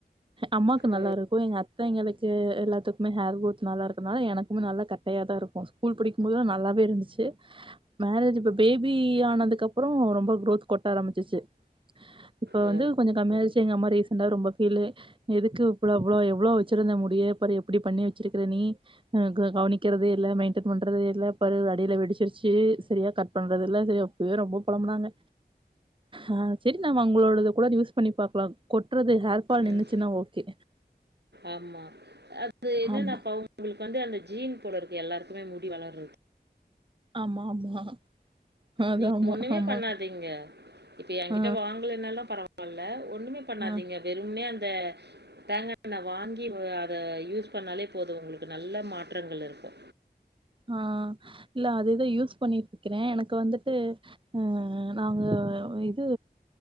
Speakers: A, on the right; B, on the right.
A: அம்மாக்கு நல்லா
B: ஓ
A: இருக்கு எங்க அத்தங்களுகு எல்லாத்துக்குமே ஹேர் குரோத் நல்லா இருக்கனால எனக்குமே நல்லா க கட்டாயா தா இருக்க ஸ்கூல் படிக்குபோது நல்லாதா இருந்துச்சு மேரேஜ் இப்ப பேபி ஆனதுக்கு அப்புறோ ரொம்ப குரோத் கொட்ட ஆரம்பிச்சிச்சு இப்ப
B: ஓ
A: வந்து கொஞ்சோ கம்மியாருச்சு எங்கம்மா ரீசன்ண்டா ரொம்ப ஃபீல் எதுக்கு இவ்ளோ எவ்ளோ வேச்சுருந்தா மூடிய பாரு எப்டி பண்ணி வேச்சுருக்கா நீ கவனிக்கதே இல்ல மெயின்டன் பண் பன்றது இல்ல பரு அடியில வெடிச்சிருச்சு சேரியா கட் பண்றது இல்ல சேரி அப்பயே ரொம்ப புழம்புனாங்க ஆ சரி நம்ம ஒங்களோட கூட யூஸ் பண்ணி பாக்கலா கொட்றது ஹேர் அப்பா
B: ம்,
A: நின்ச்சுன்னா ஓகே
B: ஆமா அது என்னன்னா
A: ஆமா
B: பங்க உங்களுக்கு வந்து அந்த ஜீன் போடுறக்கு எல்லாருக்குமே முடி வளரது
A: ஆமா ஆமா அது
B: நீங்க
A: ஆமா
B: ஒண்ணுமே
A: ஆமா
B: பண்ணாதீங்க இப்ப என்கிட்ட
A: ஆ
B: வாங்களனு பரவாலா ல ஒண்ணுமே பண்ணாதீங்க
A: ஆ
B: வெறும்மே அந்த தேங்காய்ண்ண வாங்கி அத யூஸ் பண்ணாலே போது உங்களுக்க நல்ல மாற்றங்கள் இருக்கு
A: ஆ இல்ல அததேது யூஸ் பண்ணிட்டு இருக்கிறே எனக்கு வந்துட்டு அ நாங்க இது